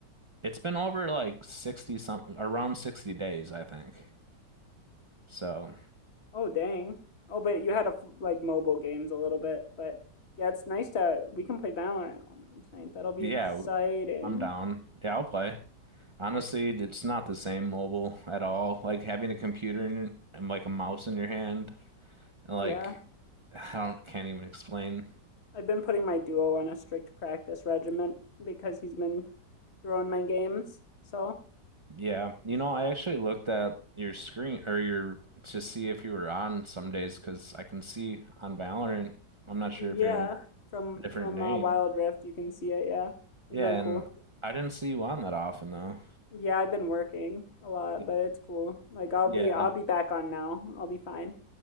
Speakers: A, on the right (about 30°); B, on the left (about 40°).
A: it's been over like 60 something around 60 days, I think. So
B: oh dang. Oh, but you had a like mobile games a little bit, but yeah, it's nice to we can play Valorant all night tonight. That'll be
A: yeah,
B: exciting.
A: I'm down. Yeah, I'll play. Honestly, it's not the same mobile at all. Like having a computer in, and like a mouse in your hand, and
B: Yeah,
A: like I don't can't even explain.
B: I've been putting my duo on a strict practice regimen because he's been throwing my games. So
A: Yeah, you know, I actually looked at your screen or your to see if you were on some days because I can see on Valorant. I'm not sure
B: yeah,
A: if you're under
B: from
A: a different
B: from
A: name.
B: uh, Wild Rift you can see it. Yeah, isn't
A: Yeah,
B: that cool?
A: and I didn't see you on that often though.
B: Yeah, I've been working a lot,
A: Y-
B: but it's cool. Like I'll
A: Yeah,
B: be I'll be back on now. I'll be fine.